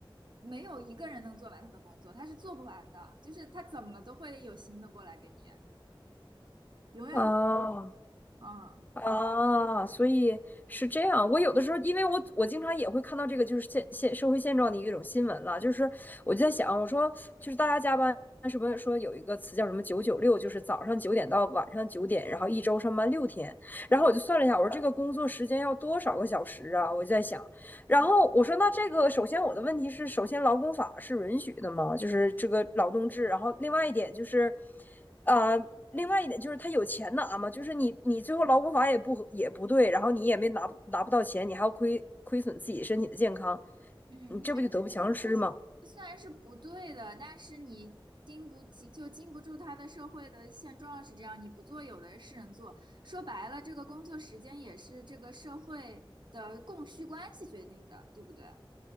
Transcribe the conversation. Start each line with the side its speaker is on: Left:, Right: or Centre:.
Right: 没有一个人能做完他的工作，他是做不完的。就是他怎么都会有新的过来给你，永远，
Left: 啊，
Right: 嗯，
Left: 啊，所以是这样。我有的时候，因为我我经常也会看到这个，就是现现社会现状的一种新闻了。就是我就在想，我说就是大家加班是不是说有一个词叫什么“九九六”，就是早上九点到晚上九点，然后一周上班六天。
Right: 是的，
Left: 然后我就算了一下，我说这个工作时间要多少个小时啊？我就在想，然后我说那这个首先我的问题是，
Right: 嗯，
Left: 首先劳工法是允许的吗？就是这个劳动制。然后另外一点就是。呃，另外一点就是他有钱拿嘛，就是你你最后劳工法也不也不对，然后你也没拿拿不到钱，你还要亏亏损自己身体的健康，
Right: 嗯这个
Left: 你这不就得不偿失吗？
Right: 虽然是不对的，但是你经不起就经不住他的社会的现状是这样，你不做，有的是人做。说白了，这个工作时间也是这个社会的供需关系决定的，对不对？